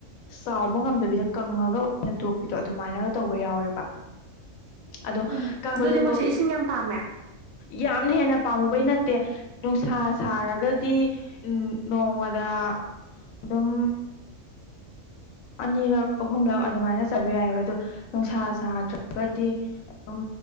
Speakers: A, on the left; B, on the right.
A: ꯆꯥꯎꯕ ꯉꯝꯗꯕꯤꯗ ꯀꯪꯉꯒ ꯑꯣꯏꯅ ꯇꯣꯛꯄꯤꯗꯣ ꯑꯗꯨꯃꯥꯏꯅꯒ ꯇꯧꯕ ꯌꯥꯎꯋꯦꯕ ꯑꯗꯣ
B: ꯎꯝ
A: ꯀꯪꯕꯗꯣ
B: ꯑꯗꯨꯗꯤ ꯃꯣꯏꯁꯦ ꯏꯁꯤꯡ ꯌꯥꯝ ꯄꯥꯝꯃꯦ
A: ꯌꯥꯝꯅ ꯍꯦꯟꯅ ꯄꯥꯝꯃꯨꯕꯩ ꯅꯠꯇꯦ ꯅꯨꯡꯁꯥ ꯁꯥꯔꯒꯗꯤ ꯎꯝ ꯅꯣꯡꯃꯗ ꯑꯗꯨꯝ ꯑꯅꯤꯔꯛ ꯑꯍꯨꯝꯂꯛ ꯑꯗꯨꯃꯥꯏꯅ ꯆꯥꯏꯕ ꯌꯥꯏꯕ ꯑꯗꯣ ꯅꯨꯡꯁꯥ ꯁꯥꯗ꯭ꯔꯒꯗꯤ ꯑꯗꯨꯝ